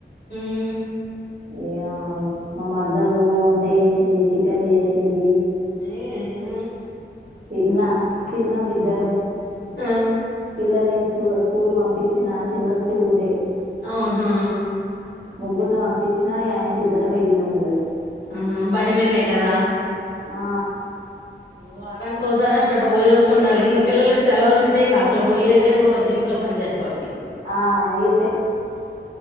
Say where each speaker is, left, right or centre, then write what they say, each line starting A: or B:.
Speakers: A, on the left; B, on the right.
A: మ్మ్
B: ఇగ మా మరదలు వంట చేసింది చికెన్ చేసింది
A: ఈ ఉహు
B: తిన్నా తిన్నం ఇద్దరం
A: ఆ
B: పిల్లల్ని ఏస్ ఇగ స్కూల్ పంపించిన చిన్న స్కూల్ ఉంది
A: అ హా
B: ముగ్గుర్ని పంపించినా అయింత ఇద్దరం వెళ్ళిన ఇగ
A: ఆ బండి మీన్నె కదా
B: ఆ
A: వారానికి ఒకసారి అట్టట బొయ్ వస్తుండాలి ఇంక పిల్లకి సెలవులు ఉంటే ఇంక అసలు పోయ్యేదే కుదరదు ఇంట్లో పని జరిపోద్ది
B: ఆ, ఇక